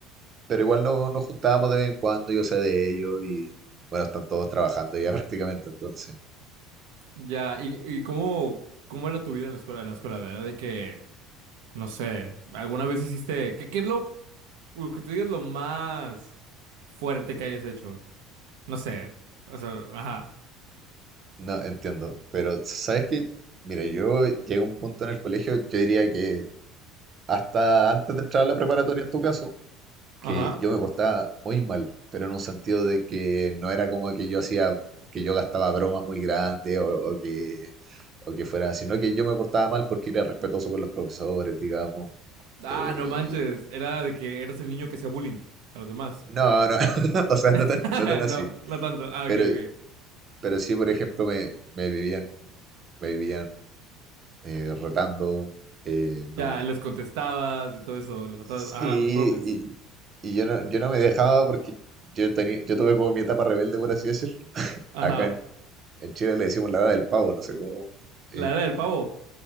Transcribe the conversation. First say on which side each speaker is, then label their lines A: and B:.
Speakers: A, on the right; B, on the right.
A: pero igual no, nos juntábamos de vez en cuando, yo sé de ellos y bueno, están todos trabajando ya <laughs> prácticamente, entonces,
B: Ya, ¿y, y cómo, cómo era tu vida en la escuela? En la escuela, ¿era de que, no sé, alguna vez hiciste, qué, qué es lo, lo que tú digas lo más fuerte que hayas hecho? No sé, o sea, ajá,
A: no entiendo. Pero, ¿sabes qué? Mira, yo llegué a un punto en el colegio, yo diría que hasta antes de entrar a la preparatoria en tu caso que
B: ajá.
A: yo me portaba muy mal, pero en un sentido de que no era como que yo hacía, que yo gastaba bromas muy grandes o, o que, o que fuera, sino que yo me portaba mal porque era respetuoso con los profesores, digamos.
B: Ah,
A: Eh,
B: no manches, era de que eras el niño que hacía bullying a los demás.
A: no, no, <laughs> o sea,
B: <laughs>
A: no tan, no tan así.
B: No, no tanto. Ah,
A: Pero,
B: ok, ok.
A: pero sí, por ejemplo, me, me vivían, me vivían eh, retando, eh, no.
B: Ya, les contestabas y todo eso, les faltabas,
A: Sí,
B: ajá, a los profes.
A: y, y yo no, yo no me dejaba porque yo tenía, yo tuve como mi etapa rebelde, por así decirlo.
B: Ajá,
A: Acá en, en Chile le decimos la edad del pavo, no sé cómo.
B: la
A: eh,
B: era del pavo.